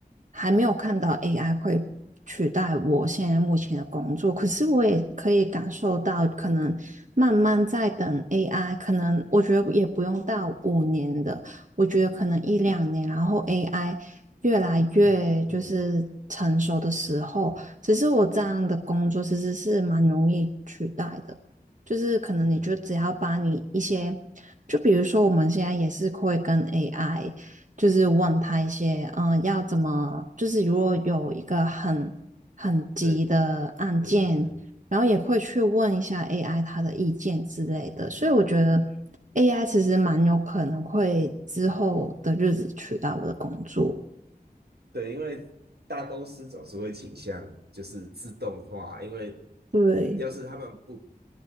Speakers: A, on the right (about 50°); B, on the right (about 85°).
A: 还没有看到 AI 会取代我现在目前的工作，可是我也可以感受到，可能慢慢在等 AI，可能我觉得也不用到五年的，我觉得可能一两年，然后 AI 越来越就是成熟的时候。
B: 嗯嗯
A: 只是我这样的工作其实是蛮容易取代的，就是可能你就只要把你一些，
B: 嗯，
A: 就比如说我们现在也是会跟 AI，就是问他一些，嗯、要怎么，就是如果有一个很很急的案件，
B: 对对对对。
A: 然后也会去问一下 AI 他的意见之类的，所以我觉得 AI 其实蛮有可能会之后的日子取代我的工作。
B: 对，因为大公司总是会倾向就是自动化，因为
A: 对，
B: 要是他们不，